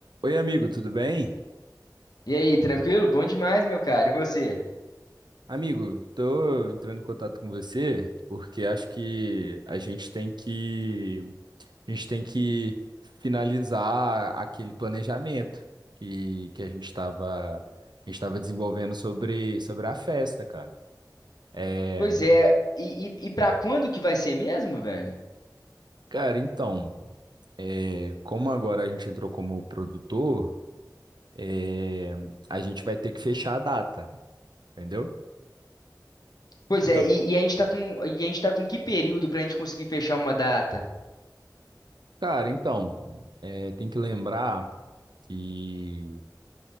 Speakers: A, on the right; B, on the left.
A: Oi, amigo, tudo bem?
B: E aí, tranquilo? Bom demais, meu cara. E você?
A: Amigo, tô entrando em contato com você porque acho que a gente tem que a gente tem que finalizar aquele planejamento que, que a gente estava a gente estava desenvolvendo sobre sobre a festa, cara. É,
B: Pois é, e, e, e pra quando que vai ser mesmo, velho?
A: cara, então, é, como agora a gente entrou como produtor, é, a gente vai ter que fechar a data, entendeu?
B: Pois
A: Então,
B: é, e, e a gente tá com, e a gente tá com que período pra gente conseguir fechar uma data?
A: cara, então, é, tem que lembrar que